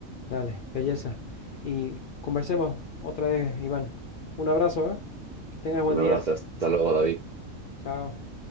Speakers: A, on the left; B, on the right.
A: dale, belleza. Y conversemos otra vez, Iván. Un abrazo, ¿eh? Que tengas buen
B: Un
A: día.
B: abrazo, hasta luego, David.
A: Chao.